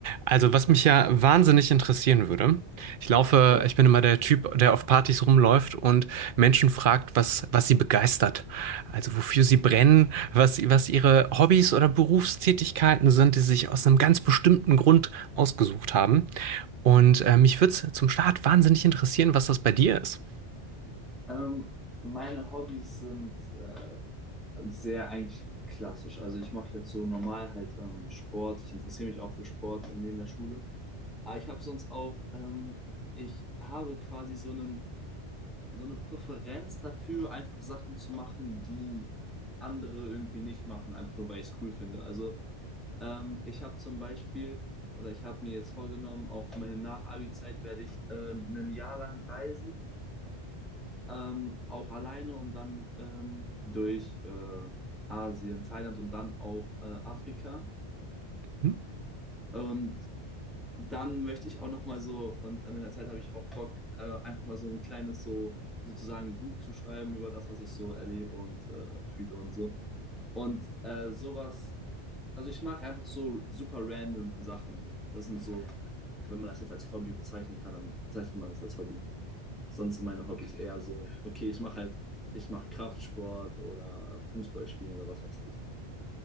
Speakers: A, on the right; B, in the centre.
A: Also, was mich ja wahnsinnig interessieren würde, ich laufe,
B: Ja,
A: ich bin immer der Typ, der auf Partys rumläuft und Menschen fragt, was, was sie begeistert. Also, wofür sie brennen, was, sie- was ihre Hobbys oder Berufstätigkeiten sind, die sie sich aus einem ganz bestimmten Grund ausgesucht haben. Und äh, mich würde es zum Start wahnsinnig interessieren, was das bei dir ist.
B: ähm, meine Hobbys sind äh, sehr eigentlich klassisch. Also ich mache jetzt so normal halt ähm, Sport. Ich interessiere mich auch für Sport neben der Schule. Aber ich habe sonst auch, ähm, ich habe quasi so einen, so eine Präferenz dafür, einfach Sachen zu machen, die andere irgendwie nicht machen, einfach nur weil ich es cool finde. Also ähm, ich habe zum Beispiel, oder ich habe mir jetzt vorgenommen, auf meine Nach-Abi-Zeit werde ich äh, ein Jahr lang reisen ähm, auch alleine und dann ähm, durch äh, Asien, Thailand und dann auch äh, Afrika.
A: Hm?
B: Und dann möchte ich auch noch mal so, und in der Zeit habe ich auch Bock, äh, einfach mal so ein kleines so sozusagen Buch zu schreiben über das, was ich so erlebe und äh, fühle und so. Und äh, sowas, also ich mag einfach so super random Sachen. Das sind so, wenn man das jetzt als Hobby bezeichnen kann, dann bezeichnet man das als Hobby. Sonst sind meine Hobbys eher so, okay, ich mache halt, ich mache Kraftsport oder Fußball spielen oder was weiß ich.